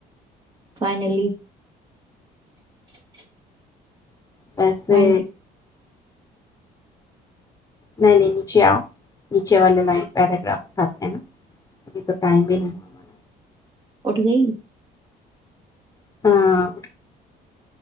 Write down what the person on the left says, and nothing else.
ویسے
نہیں نہیں نیچے آؤ نیچے والے لائن پیراگراف ا کھاتے ہیں نا ابھی تو ٹائم بھی نہیں ہوا ہمارا
ہمارا ہاں